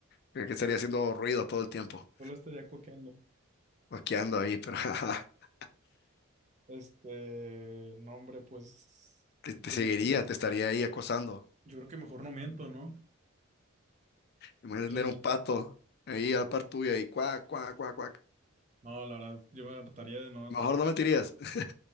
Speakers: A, on the left (about 45°); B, on the right (about 30°).
A: Creo que estaría haciendo ruido todo el tiempo,
B: Solo estaría cuaqueando.
A: cuaqueando ahí, pero <laughs>
B: Este, no, hombre, pues
A: te,
B: yo,
A: te seguiría, te estaría ahí acosando.
B: yo creo que mejor no miento, ¿no?
A: Imagínate
B: Pero
A: tener
B: sí.
A: un pato ahí a la par tuya y cuac, cuac, cuac, cuac.
B: No, la verdad, yo me hartaría de no, no
A: Mejor no mentirías. <laughs>